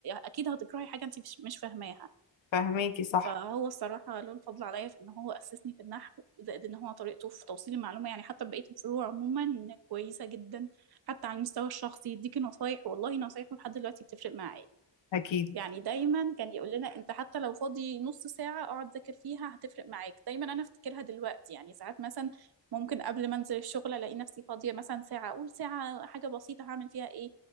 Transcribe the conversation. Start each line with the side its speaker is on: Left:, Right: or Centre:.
Right: اكيد هتكرهي حاجه انت مش مش فاهماها
Left: فاهماكي صح
Right: فهو الصراحه له الفضل عليا في ان هو اسسني في النحو زائد ان هو طريقته في توصيل المعلومه يعني حتى بقيه الفروع عموما كويسه جدا حتى على المستوى الشخصي يديكي نصايح والله نصايحه لحد دلوقتي بتفرق معايا
Left: أكيد
Right: يعني دايما كان يقول لنا انت حتى لو فاضي نص ساعة اقعد ذاكر فيها هتفرق معاك دايما انا افتكرها دلوقتي يعني ساعات مثلا ممكن قبل ما انزل الشغل الاقي نفسي فاضية مثلا ساعة اقول ساعة حاجة بسيطة هعمل فيها ايه